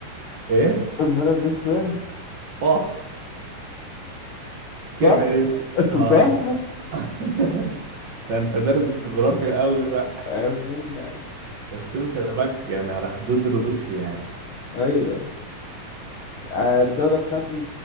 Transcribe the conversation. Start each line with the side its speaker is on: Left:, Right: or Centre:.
Right: ايه
Left: البلد الصين
Right: اه
Left: صح
Right: كيف عرفت اه
Left: <laughs> صح
Right: <laughs> ده انت دارس جغرافيا قوي
Left: عيب منك
Right: الصين خلي بالك يعني على حدود روسيا يعني
Left: ايوه ايوه آه، الدولة بتاعتي